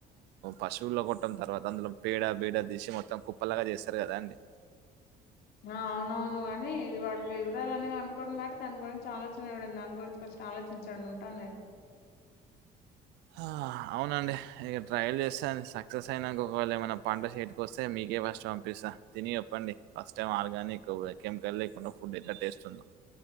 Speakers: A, on the right; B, on the left.
A: పశువుల్లో కొట్టమ్ తర్వాత అందులో పేడ ఏడ తీసి మొత్తం కుప్పలాగా చేస్తారు కదా అండి
B: అవునవును గాని ఇది వాటి వివరాలు అని కనుక్కొని మరి దాని గురించి ఆలోచన ఇవ్వడి దాని గురించి ఫస్ట్ ఆలోచించాడి ఉంటాను నేను
A: ఆ అవునండి ఇగా ట్రయల్ చేస్తాను సక్సెస్ అయినాక ఒకవేళ ఏమైనా పంట చేతి వస్తే మీకే ఫస్ట్ పంపిస్త. తిని, చెప్పండి ఫస్ట్ టైం ఆర్గానిక్ కెమికల్ లేకుండా ఫుడ్ ఎట్ల టేస్ట్ ఉందో